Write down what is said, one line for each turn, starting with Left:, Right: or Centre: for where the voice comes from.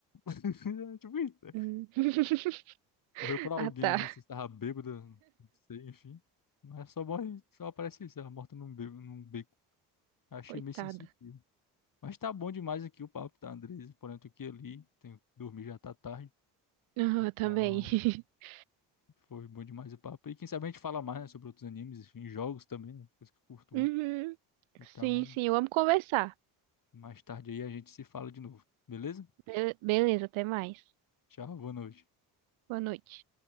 Left: <laughs> É Tipo isso. né?
Right: Hum. <laughs>
Left: Morreu por alguém,
Right: Ah, tá.
Left: não sei se tava bêbada, não sei, enfim. Mas só morre, só aparece isso, ela morta num beco, num beco. Achei
Right: Coitada.
Left: meio sensitivo. Mas tá bom demais aqui o papo, tá, Andres? Porém, eu tô aqui ali, tenho que dormir, já tá tarde.
Right: Ah,
Left: Então,
Right: também. <laughs>
Left: foi bom demais o papo. E quem sabe a gente fala mais, né, sobre outros animes, enfim, jogos também, né? Coisa que eu curto
Right: Uhum.
Left: muito. Então,
Right: Sim, sim, eu amo conversar.
Left: mais tarde aí a gente se fala de novo, beleza?
Right: Be- beleza, até mais.
Left: Tchau, boa noite.
Right: Boa noite.